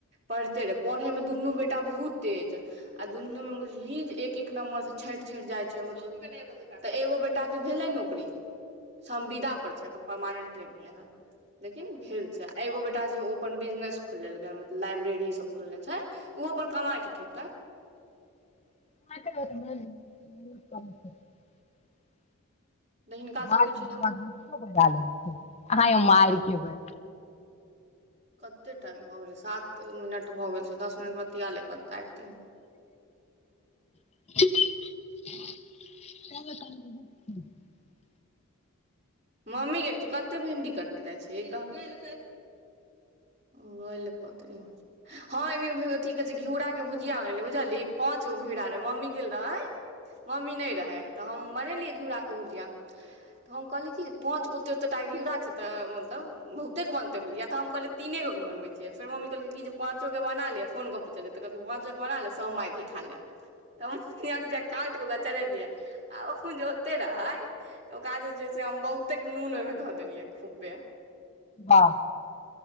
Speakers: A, on the right (about 30°); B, on the left (about 30°).
A: पढ़ते रे पढ़े में दुनू बेटा बहुत तेज आ दुनू जे बुझहीं एक एक नम्बर से छठि छठि जाइ छै मतल एगो बेटा के भेलै नौकरी संविदा पर छै परमानेंट नहि भेलै हन लेकिन भेल छै आ एगो बेटा जे ओ अपन बिजनेस खोल लेलकै मतलब लाइब्रेरी सब खोलने छै ओहो अपन कमाइ छै ठीक ठाक
B: कर <inaudible>
A: तऽ हिनका
B: ब
A: सबके छै
B: बाबा
A: जे
B: घ बजा लेल अहाँ मारि केबै
A: कत्ते टाइम भऽ गेलै सात मिनट भऽ गेल छै दस मिनट बतिया ले काट दिअ
B: चब च <inaudible>
A: मम्मीके तू कतेक भिंडी कटने जाइ छ कहाल ओ ले पथ हँ ऐ मीनू कह घिरा के भुजिया बनेल बुझलहीं पथ अच्छा ओ घिरा रहै मम्मी गेलय मम्मी नइ रहै तऽ हम बनेलियै चुड़ा के भुजिया तऽ हम कहलिय की पाँच गो ओते ओतेक टा घिरा छै तऽ मतलब बहुते बनतै भजिया तऽ हम कहलिय तीने गोे क बनबै छियै फेर मम्मी कहलकै कि जे पाँचो के बना ले फोन क पूछल तऽ कहलक पाँचो के बना ले सभ माइ खा ले तऽ काट क तरलिय आ ओतय रहय तऽ ओकरा जे छै से हम बहुते नून ओहिमे धऽ देलियै खूबै
B: हँ